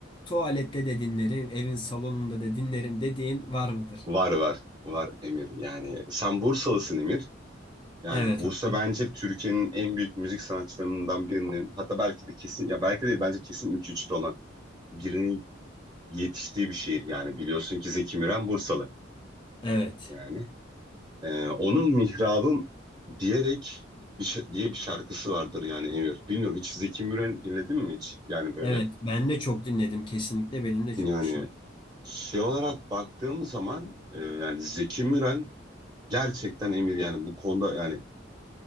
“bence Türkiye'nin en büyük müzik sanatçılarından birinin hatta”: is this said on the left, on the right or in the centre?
Right